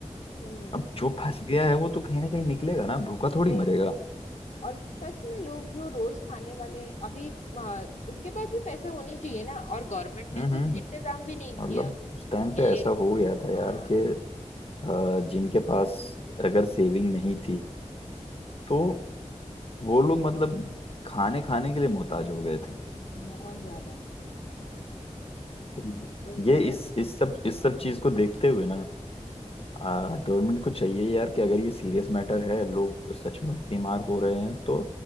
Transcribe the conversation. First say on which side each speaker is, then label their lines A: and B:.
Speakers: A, on the left; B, on the left.
A: हम्म
B: अब जो फंस गया है वो तो कहीं ना कहीं निकलेगा ना भूखा
A: निकलेगा
B: थोड़ी मरेगा
A: ना और सच में लोग जो रोज खाने वाले अभी अ, उनके पास भी पैसा होनी चाहिए ना और गवर्नमेंट
B: हम्म
A: ने
B: हम्म
A: कुछ
B: हम्म।
A: इंतजाम भी नहीं
B: मतलब
A: किया
B: उस टाइम पे
A: कि
B: ऐसा हो गया था यार
A: हाँ
B: कि अ, जिनके पास अगर सेविंग नहीं थी तो वो लोग मतलब खाने खाने के लिए मोहताज हो गए थे
A: बहुत ज्यादा <clears throat>
B: तो
A: वही
B: ये
A: सच
B: इस इस सब इस सब चीज को देखते हुए ना गवर्नमेंट को चाहिए यार कि अगर ये सीरियस मैटर है लोग सच में बीमार हो रहे हैं तो